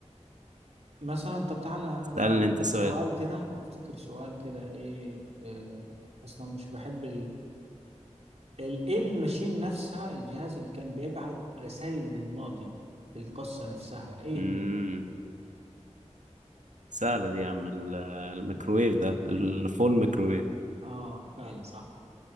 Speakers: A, on the right; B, on the right.
A: مثلا طب تعالى انا
B: اسالني
A: افتكر
B: انت سؤال
A: سؤال كده افتكر سؤال كده ايه آه اصلا مش بحب ال- ايه الماشين نفسها الجهاز اللي كان بيبعت رسائل للماضي في القصة نفسها ايه
B: امم
A: هي؟
B: سهله دي يا عم ال- الميكروويف ده الفون ميكروويف
A: اه فعلا صح